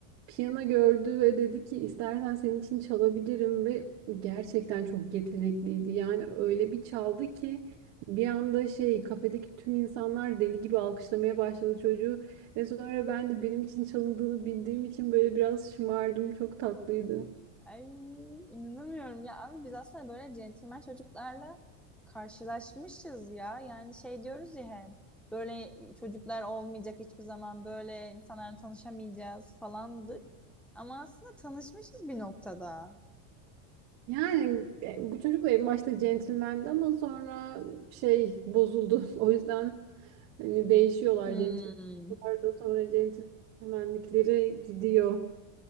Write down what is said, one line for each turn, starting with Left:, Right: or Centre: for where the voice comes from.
Right: piyano gördü ve dedi ki istersen senin için çalabilirim ve gerçekten çok yetenekliydi. Yani öyle bir çaldı ki bir anda şey kafedeki tüm insanlar deli gibi alkışlamaya başladı çocuğu ve sonra ben de benim için çalındığını bildiğim için böyle biraz şımardım. Çok tatlıydı.
Centre: Ay inanamıyorum ya abi biz aslında böyle centilmen çocuklarla karşılaşmışız ya. Yani şey diyoruz ya hep böyle çocuklar olmayacak hiçbir zaman böyle insanlarla tanışamayacağız falandık. Ama aslında tanışmışız bir noktada.
Right: Yani e, bu çocukla en başta centilmendi ama sonra şey bozuldu. <laughs> O yüzden hani değişiyorlar
Centre: Hmm,
Right: centilmenler da sonra centilmenlikleri gidiyor.